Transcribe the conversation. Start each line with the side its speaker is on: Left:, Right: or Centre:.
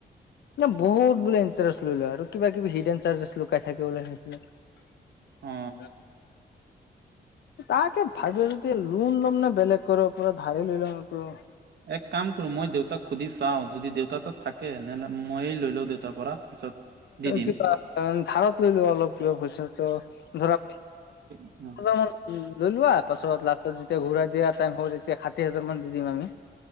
Left: ন বহুত বোলে ইণ্টাৰেষ্ট লৈ লয় আৰু কিবা কিবি হিড এন চাৰ্জে লকাই থাকে বোলে সেইটো এইবিলাক
Right: অ
Left: তাকে ভাবি যদি লোন ল'ম নে বেলেগ কৰবা পৰা ধাৰ লৈ ল'ম এইটো
Right: এক কাম কৰো মই দেউতাক সুধি চাওঁ যদি দেউতা তত থাকে তেহ'লে মইয়ে লৈ লওঁ দেউতাৰ পৰা পিছত দি দিম
Left: কিবা ধাৰত লৈলো অলপ কিব পইচা টো ধৰা
Right: উম
Left: পঞ্চাশ জাৰ মান লৈ লোৱা পাছত লাষ্টত যেতিয়া ঘূৰাই দিয়া টাইম হব তেতিয়া ষাঠি হাজাৰ মান দি দিম আমি